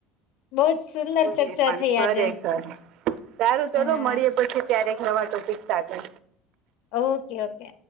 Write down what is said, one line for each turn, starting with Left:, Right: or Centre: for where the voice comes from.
Left: બઉં જ સુંદર
Right: મને
Left: ચર્ચા
Right: પણ
Left: થઈ
Right: ખરેખર
Left: આજે
Right: સારું ચલો
Left: હા
Right: મળીએ પછી ક્યારેક નવા ટોપિક સાથે
Left: ઓકે ઓકે